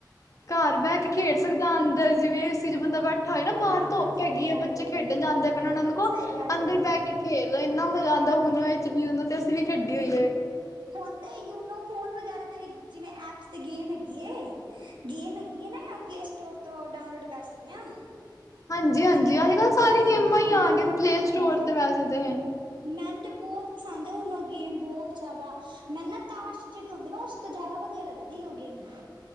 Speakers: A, on the left; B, on the right.
A: ਘਰ ਬਹਿ ਕੇ ਖੇਡ ਸਕਦਾ ਅੰਦਰ ਜਿਵੇਂ ਏ ਸੀ 'ਚ ਬੰਦਾ ਬੈਠਾ ਹੋਏ ਬਾਹਰ
B: ਹਾਂ
A: ਧੁੱਪ
B: ਸਹੀ
A: ਹੈਗੀ
B: ਗੱਲ
A: ਬੱਚੇ
B: ਏ
A: ਖੇਡਣ ਜਾਂਦੇ ਪਏ ਨੇ ਉਹਨਾਂ ਨੂੰ ਕੋ
B: ਸਹੀ ਗੱਲ
A: ਅੰਦਰ
B: ਏ
A: ਬਹਿ ਕੇ ਖੇਲ ਲਓ ਇੰਨਾ ਮਜ਼ਾ ਆਂਦਾ ਹੁਨ ਇਸ ਉਮਰ ਵਿੱਚ ਅਸੀਂ ਵੀ ਖੇਡੀ ਹੋਈਏ।
B: ਹੁਨ ਤੇ ਯੂਨੋ ਫੋਨ ਵਗੈਰਾ 'ਤੇ ਵੀ ਜਿਵੇਂ ਐਪਸ 'ਤੇ ਗੇਮ ਹੈਗੀ ਏ। ਗੇਮ ਹੈਗੀ ਏਨਾ ੳਹ ਪਲੇ ਸਟੋਰ ਤੋਂ ਡਾਊਨਲੋਡ ਕਰ ਸਕਦੇ। ਹਨਾ
A: ਹਾਂਜੀ-ਹਾਂਜੀ
B: ਮੋਨੋ ਗੇਮ
A: ਅੱਜ-ਕੱਲ੍ਹ
B: ਹ
A: ਸਾਰੀ ਗੇਮਾਂ ਹੀ ਆ ਗਏ ਨੇ ਪਲੇ
B: <unintelligible>
A: ਸਟੋਰ ਤੇ ਵੈਸੇ ਤੇ
B: <unintelligible> ਮੈਨ ਤੇ ਬੋਤ ਪਸੰਦ ਏ ੳਨੋ ਗੇਮ ਬੋਤ ਜੈਦਾ ਮੈਨ ਨਾ ਤਾਸ਼ ਜਿਹੜੀ ਹੁੰਦੀ ਨਾ ਉਸ ਤੋਂ ਜੈਦਾ ਵਧੀਆ ਲੱਗਦੀ। ਖੇਡੀ ਉਹ ਗੇਮ